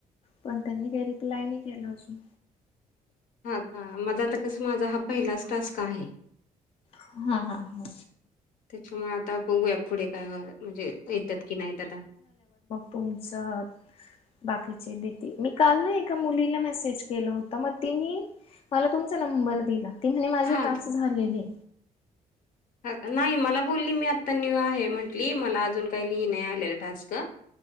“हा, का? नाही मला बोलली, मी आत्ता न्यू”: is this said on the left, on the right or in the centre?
Left